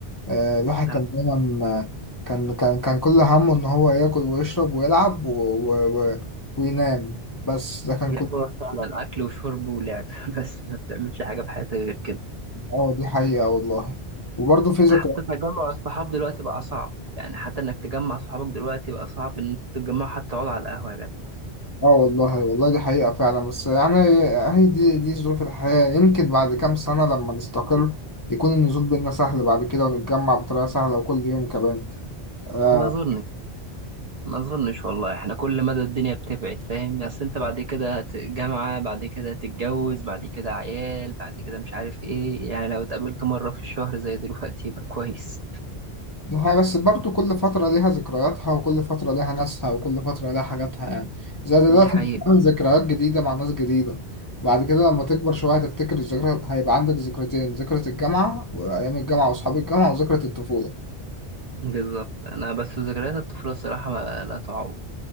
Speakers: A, on the left; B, on the right.
A: آه، الواحد
B: بتلعب
A: كان دايما كان كان كان كل همه ان هو ياكل ويشرب ويلعب و... و... و... وينام بس ده كان
B: فيها
A: كل
B: هو فعلا على الاكل وشرب ولعب <laughs> بس ما بتعملش حاجه في حياتك غير كده
A: اه دي حقيقة والله وبرضه في ذكريات
B: حتى تجمع الصحاب دلوقتي بقى صعب يعني حتى انك تجمع صحابك دلوقتي بقى صعب ان تتجمعوا حتى تقعدوا على القهوه يا جدع
A: اه والله والله دي حقيقة فعلا بس يعني هي دي دي ظروف الحياة يمكن بعد كام سنة لما نستقر يكون النزول بينا سهل بعد كده ونتجمع بطريقة سهلة وكل يوم كمان آه،
B: ما اظنش ما اظنش والله احنا كل مدى الدنيا بتبعد فاهم اصل انت بعد كده هت- جامعه بعد كده هتتجوز بعد كده عيال بعد كده مش عارف ايه يعني لو اتقابلت مره في الشهر زي دلوقتي يبقى كويس
A: دي حقيقة بس برضو كل فترة ليها ذكرياتها وكل فترة ليها ناسها وكل فترة ليها حاجاتها يعني زي دلوقتي
B: دي حقيقه
A: انت بتعمل ذكريات جديدة مع ناس جديدة بعد كده لما تكبر شوية هتفتكر الذكرى هيبقى عندك ذكرتين ذكرى الجامعة وأيام الجامعة وأصحاب الجامعة وذكرى الطفولة
B: بالظبط انا بس ذكريات الطفوله الصراحه ما- لا تعوض